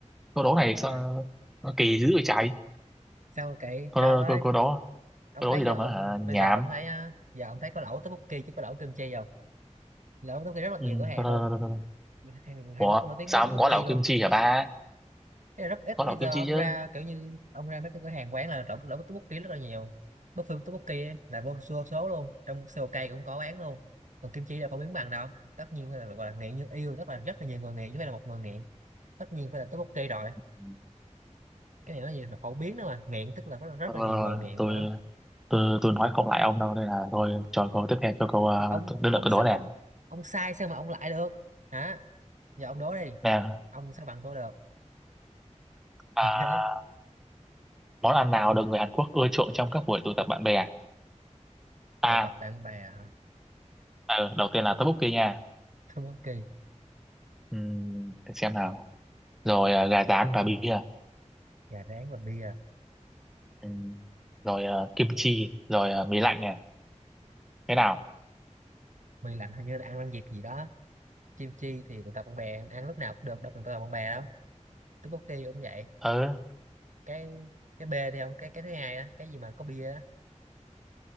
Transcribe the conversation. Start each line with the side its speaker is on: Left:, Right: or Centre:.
Centre: câu đố này
Right: trời
Centre: sao
Right: ơi
Centre: nó kỳ dữ vậy trời
Right: sao mà kỹ
Centre: câu
Right: trời ơi
Centre: câu, câu đố
Right: ông
Centre: câu
Right: thấy
Centre: đố gì đâu
Right: giờ
Centre: mà
Right: ông
Centre: hả? nhảm
Right: bây giờ ông thấy á, giờ ông thấy có lẩu tteokbokki chứ có lẩu kim chi không lẩu tteokbokki rất là
Centre: ừ.
Right: nhiều cửa hàng
Centre: thôi, thôi,
Right: luôn
Centre: thôi, thôi, thôi.
Right: Hàn, Hàn
Centre: ủa
Right: Quốc cũng nổi tiếng
Centre: sao
Right: với tteokbokki
Centre: ông gói lẩu
Right: luôn
Centre: kim chi hả ba
Right: Thế là rất ít
Centre: có
Right: bây
Centre: nấu
Right: giờ
Centre: kim chi
Right: ông
Centre: chứ
Right: ra kiểu như ông ra mấy cái cửa hàng quán là trộn lẩu với tteokbokki rất là nhiều buffet tteokbokki ấy, là vô số, số luôn trong Seoul cũng có bán luôn còn kim chi là không biến bằng đâu tất nhiên là gọi là nghiện như yêu rất là rất là nhiều người nghiện chứ không phải là một người nghiện tất nhiên phải là tteokbokki rồi
Centre: Ừ.
Right: cái này nó gì mà phổ biến nữa mà nghiện tức là rất, là, rất
Centre: Ờ,
Right: là nhiều người nghiện
Centre: tôi
Right: nữa
Centre: tôi tôi nói không lại ông đâu nên là thôi cho câu tiếp theo cho câu ờ,
Right: thì ông
Centre: đứa lượt
Right: ông
Centre: tôi
Right: sa-
Centre: đố nè
Right: ông ông sai sao mà ông lại được hả giờ ông đố đi
Centre: nè
Right: ông sao bằng tôi được <laughs>
Centre: à,
Right: ok
Centre: món ăn nào được người Hàn Quốc ưa chuộng trong các buổi tụ tập bạn bè à
Right: tụ tập bạn bè
Centre: ờ, đầu tiên là tteokbokki nha
Right: tteokbokki
Centre: Ừm, để xem nào rồi ờ, gà rán và bia
Right: gà rán và bia
Centre: Ừm, rồi ờ, kim chi rồi ờ, mì lạnh nè thế nào
Right: bia lạnh hình như là ăn ăn dịp gì đó chim chi thì tụ tập bạn bè ăn lúc nào cũng được đâu cần tụ tập bạn bè đâu tteokbokki cũng vậy
Centre: ờ
Right: cái cái bê đi ông cái cái thứ hai đó cái gì mà có bia đó